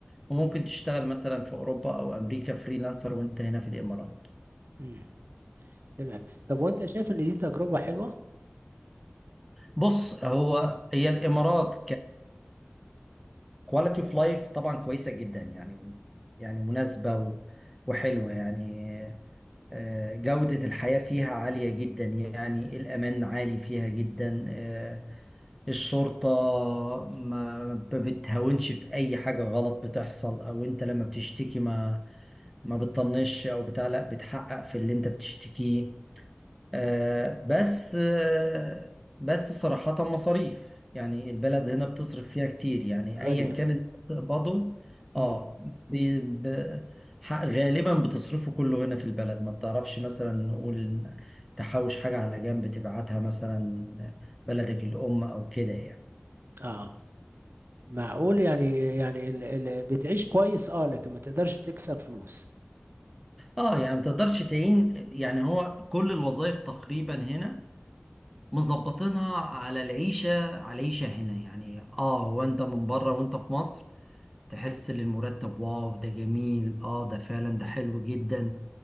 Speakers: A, in the centre; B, on the right.
A: وممكن تشتغل مثلا في اوروبا او امريكا فريلانسر وانت هنا في الامارات
B: امم تمام طب وانت شايف ان دي تجربة حلوة
A: بص هو هي الامارات ككواليتي اوف لايف طبعا كويسه جدا يعني يعني مناسبه و... وحلوه يعني آه، جوده الحياه فيها عاليه جدا يعني الامان عالي فيها جدا آه، الشرطة ما ما بتهاونش في أي حاجة غلط بتحصل أو أنت لما بتشتكي ما ما بتطنش أو بتاع لا بتحقق في اللي أنت بتشتكيه آه بس آه بس صراحة مصاريف يعني البلد هنا بتصرف فيها كتير يعني
B: غالية
A: أيا كان اللي بتقبضه
B: امم
A: اه بي- ب- ح- غالبا بتصرفه كله هنا في البلد ما بتعرفش مثلا نقول تحوش حاجة على جنب تبعتها مثلا بلدك الأم أو كده يعني
B: اه معقول يعني يعني ال ال بتعيش كويس اه لكن ما تقدرش تكسر فلوس
A: اه يعني ما تقدرش تعين يعني هو كل الوظائف تقريبا هنا مظبطينها على العيشة على العيشة هنا يعني اه وانت من بره وانت في مصر تحس ان المرتب واو ده جميل اه ده فعلا ده حلو جدا